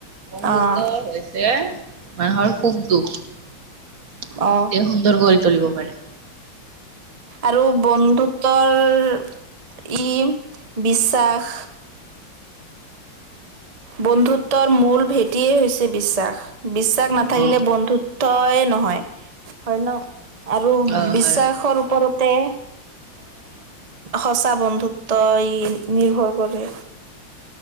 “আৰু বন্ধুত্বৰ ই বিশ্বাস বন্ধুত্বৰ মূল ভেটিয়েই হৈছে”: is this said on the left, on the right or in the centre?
Right